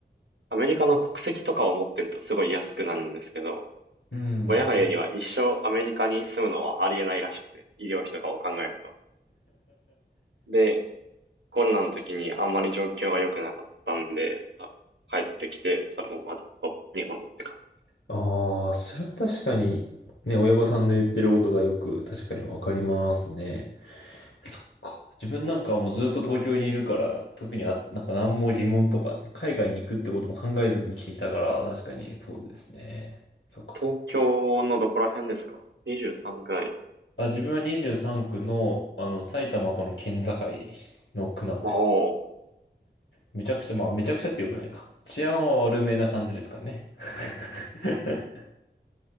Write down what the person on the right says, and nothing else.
アメリカの国籍とかを持ってるとすごい安くなるんですけど、
親が言うには一生アメリカに住むのはありえないらしくて、医療費とかを考えると。で、コロナの時にあんまり状況が良くなかったんで、あ帰ってきて、そのままずっと日本って感じ
東京のどこら辺ですか ?23 くらいです。
まあ、おう